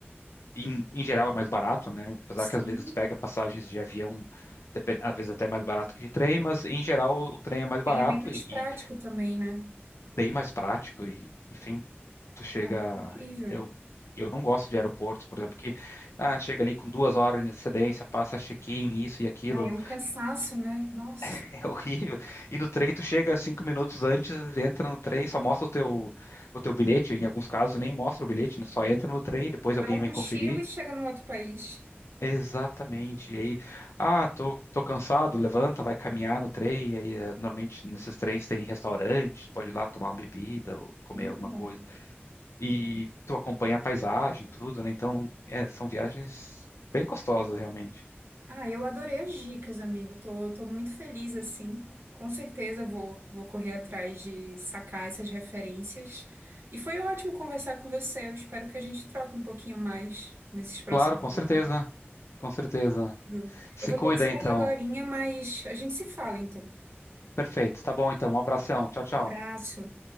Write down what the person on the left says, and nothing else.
e, em geral é mais barato, né? Apesar
que às vezes tu pega passagens de avião depen- às vezes até mais barato que de trem, mas em geral o trem é mais barato
e,
e
bem mais prático e enfim tu chega
eu Eu não gosto de aeroportos, por exemplo, que ah, chega ali com duas horas de antecedência, passa check-in, isso e aquilo.
<laughs> É horrível. E no trem tu chega cinco minutos antes, entra no trem, só mostra o teu, o teu bilhete. Em alguns casos nem mostra o bilhete, né? Só entra no trem, depois alguém
vem
conferir.
Exatamente. E aí, ah, tô, tô cansado, levanta, vai caminhar no trem. E aí, eh, normalmente nesses trens tem restaurantes, pode ir lá tomar uma bebida ou comer
alguma
coisa. E tu acompanha a paisagem, tudo, né? Então, é, são viagens bem gostosas, realmente.
Claro, com
certeza, com certeza.
Se
cuida,
então.
Perfeito. Tá bom, então. Um abração. Tchau, tchau.